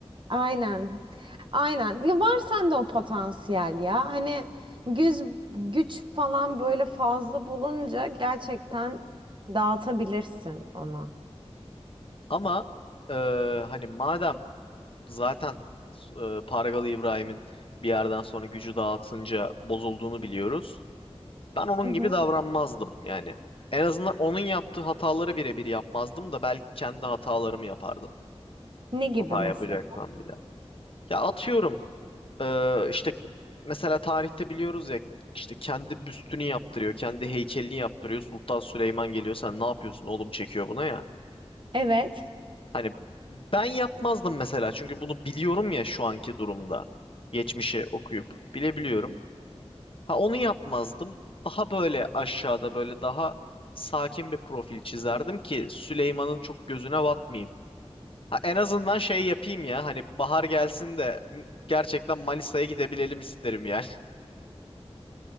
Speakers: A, on the right (about 50°); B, on the left (about 55°).
A: Aynen. Aynen. Ya var sende o potansiyel ya. Hani güz, güç falan böyle fazla bulunca gerçekten dağıtabilirsin onu.
B: Ama e, hani madem zaten e, Pargalı İbrahim'in bir yerden sonra gücü dağıtınca bozulduğunu biliyoruz. Ben onun
A: Hı hı.
B: gibi davranmazdım yani. En azından onun yaptığı hataları birebir yapmazdım da belki kendi hatalarımı yapardım.
A: Ne gibi
B: Hata
A: mesela?
B: yapacaksan bir de. Ya atıyorum eee, işte mesela tarihte biliyoruz ya işte kendi büstünü yaptırıyor, kendi heykelini yaptırıyor. Sultan Süleyman geliyor sen ne yapıyorsun oğlum çekiyor buna ya.
A: Evet.
B: Hani ben yapmazdım mesela çünkü bunu biliyorum ya şu anki durumda. Geçmişe okuyup bilebiliyorum. Ha onu yapmazdım. Daha böyle aşağıda böyle daha sakin bir profil çizerdim ki Süleyman'ın çok gözüne batmayayım. Ha, en azından şey yapayım ya hani bahar gelsin de m- gerçekten Manisa'ya gidebilelim isterim yani.